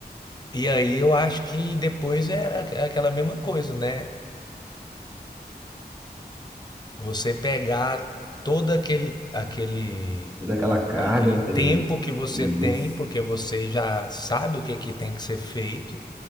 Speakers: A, on the left; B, on the right.
A: E aí eu acho que depois era aqu- aquela mesma coisa, né? Você pegar todo aquele aquele
B: Toda aquela carga,
A: aquele
B: aquele.
A: tempo que você
B: Isso.
A: tem, porque você já sabe o que é que tem que ser feito,